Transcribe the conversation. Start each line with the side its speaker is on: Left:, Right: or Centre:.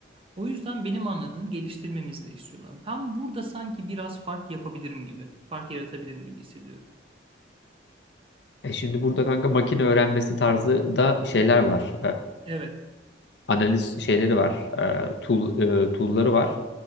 Right: O yüzden benim anladığım geliştirmemizi de istiyorlar. Ben burada sanki biraz fark yapabilirim gibi, fark yaratabilirim gibi hissediyorum.
Left: E şimdi burada kanka makine öğrenmesi tarzı da şeyler var.
Right: Evet.
Left: analiz şeyleri var. E, tool, e, tool'ları var.